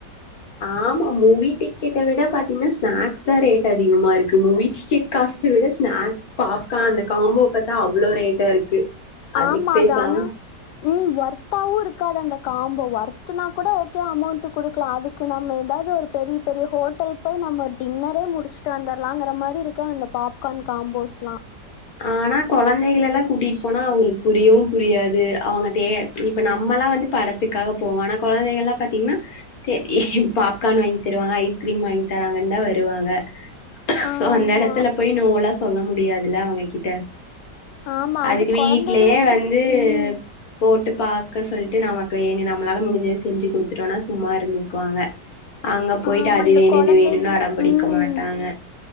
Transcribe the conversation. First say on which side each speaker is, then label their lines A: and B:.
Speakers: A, on the left; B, on the left.
A: ஆமா மூவீட்டி கிட்ட விட பாத்தீங்கன்னா ஸ்நாக்ஸ் தான் ரேட் அதிகமா இருக்கும் மூவிஸ்டே காஸ்ட்ட விட ஸ்நாக்ஸ் பாப்கான் காம்போ பாத்தா அவ்ளோ ரேட்டா இருக்கு அதுக்கு
B: ஆமா
A: பேசாம
B: தான ம் ஒர்த்தாவும் இருக்காது அந்த காம்போ ஒர்த்னா கூட ஓகே அமௌண்ட் குடுக்கலாம் அதுக்கு நம்ம ஏதாவது ஒரு பெரிய பெரிய ஹோட்டல் போய் நம்ம ஒரு டின்னரே முடிச்சுட்டு வந்துரலாம்ங்கிற மாரி இருக்கு அந்த பாப்கார்ன் காம்போஸ்லாம்
A: ஆனா கொழந்தைகள் எல்லாம் கூட்டிட்டு போனா அவங்களுக்கு புரியவும் புரியாது அவங்க தே இப்ப நம்மல்லாம் வந்து படத்துக்காக போவோம் ஆனா கொழந்தைகள்ல்லாம் பாத்தீங்கன்னா செரி பாப்கார்ன் வாங்கி தருவாங்க ஐஸ்கிரீம் வாங்கி தராங்கன் தான் வருவாங்க
B: ஆமா
A: சோ அந்த இடத்துல போய் நோ லா சொல்ல முடியாதுல்ல அவங்க கிட்ட
B: ஆமா
A: அதுக்கு
B: அது
A: வீட்லேயே
B: கொழந்தைகள கூட்
A: வந்து
B: ம்
A: போட்டு விட்டு பாக்க சொல்லிட்டு நமக்கு வேணும் நம்மளால முடிஞ்சத செஞ்சு குடுத்துட்டோம்னா சும்மா இருந்துக்குவாங்க அங்க போயிட்டு
B: ஆமா
A: அது
B: இந்த
A: வேணும்
B: கொழந்தைகள
A: இது வேணுன்னு அடம் பிடிக்க
B: ம்
A: மாட்டாங்க